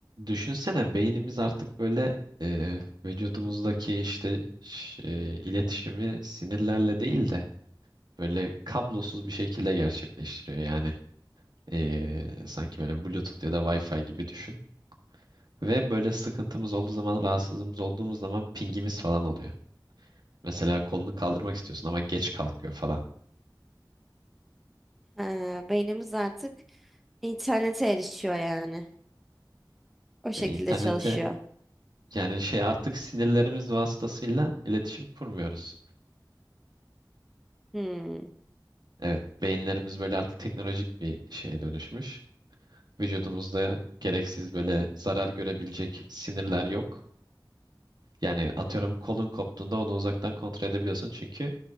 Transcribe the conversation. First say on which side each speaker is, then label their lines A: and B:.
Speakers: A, on the right; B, in the centre.
A: Düşünsene beynimiz artık böyle e, vücudumuzdaki işte ş- e, iletişimi sinirlerle değil de böyle kablosuz bir şekilde gerçekleştiriyor. Yani e, sanki böyle Bluetooth ya da Wi-Fi gibi düşün. Ve böyle sıkıntımız olduğu zaman, rahatsızlığımız olduğumuz zaman pingimiz falan oluyor. Mesela kolunu kaldırmak istiyorsun ama geç kalkıyor falan.
B: Ha, beynimiz artık internete erişiyor yani. O şekilde
A: Ya internete
B: çalışıyor.
A: yani şey artık sinirlerimiz vasıtasıyla iletişim kurmuyoruz.
B: Hmm.
A: Evet, beyinlerimiz böyle artık teknolojik bir şeye dönüşmüş. Vücudumuzda gereksiz böyle zarar görebilecek sinirler yok. Yani atıyorum kolun koptuğunda onu uzaktan kontrol edebiliyorsun çünkü